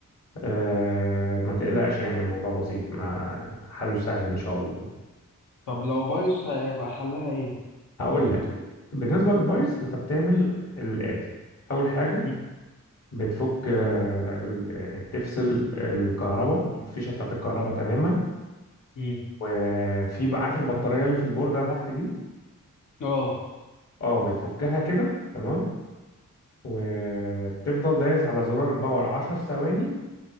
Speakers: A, on the left; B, on the left.
A: آه، ما تقلقش يعني الموضوع بسيط ما حله سهل ان شاء الله
B: طب لو بايظ هيبقى حلها ايه
A: هقول لك بالنسبه للبايث انت بتعمل الاتي اول حاجه
B: مم.
A: بتفك آه، ال- يعني بتفصل الكهرباء الفيشه بتاعت الكهرباء تماما
B: مم.
A: وفي بقى- عارف البطاريه اللي في البورده تحت دي
B: اه
A: اه بتفكها كده تمام وبتفضل دايس على زرار الباور 10 ثواني